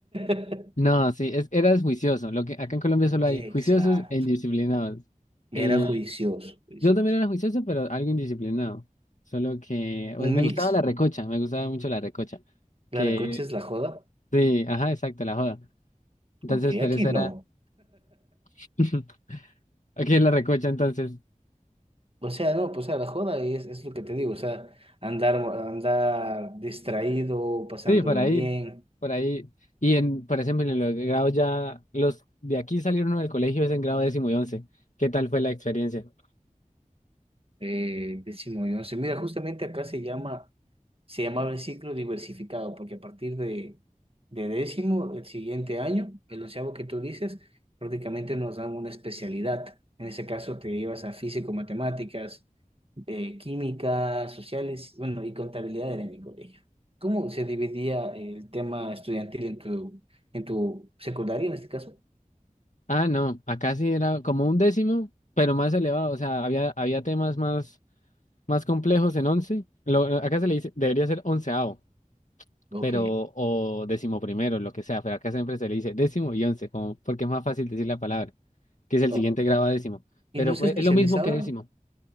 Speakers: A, on the right (about 45°); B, on the left (about 60°).
A: <laughs>
B: no, sí, es, eras juicioso. Lo que acá en Colombia solo
A: Exacto.
B: hay juiciosos e indisciplinados.
A: Era
B: Eh,
A: juicioso, juicioso.
B: Yo también era juicioso, pero algo indisciplinado. Solo que, pues
A: Un
B: me
A: mix.
B: gustaba la recocha, me gustaba mucho la recocha.
A: La
B: Que,
A: de coche es la joda.
B: sí, ajá, exacto, la joda. Entonces,
A: Ok,
B: por
A: aquí
B: eso
A: no.
B: era, <laughs> aquí en la recocha, entonces,
A: O sea, no, pues o sea la joda es, es lo que te digo. O sea, andar, andar distraído, pasándola
B: sí, por ahí,
A: bien.
B: por ahí. Y en, por ejemplo, en los grados ya, los de aquí salieron del colegio es en grado décimo y once. ¿Qué tal fue la experiencia?
A: Eh, décimo y once. Mira, justamente acá se llama Se llamaba el ciclo diversificado, porque a partir de, de décimo, el siguiente año, el onceavo que tú dices, prácticamente nos dan una especialidad. En ese caso te ibas a físico, matemáticas, eh, química, sociales, bueno, y contabilidad era en mi colegio. ¿Cómo se dividía el tema estudiantil en tu, en tu secundaria, en este caso?
B: Ah, no, acá sí era como un décimo, pero más elevado, o sea, había, había temas más, más complejos en once. Lo, acá se le dice, debería ser onceavo
A: Ok.
B: pero o décimo primero, lo que sea, pero acá siempre se le dice décimo y once, como porque es más fácil decir la palabra, que es el
A: Oh,
B: siguiente grado a décimo,
A: ¿Y
B: pero
A: no se
B: fue
A: especializaban?
B: es lo mismo que décimo,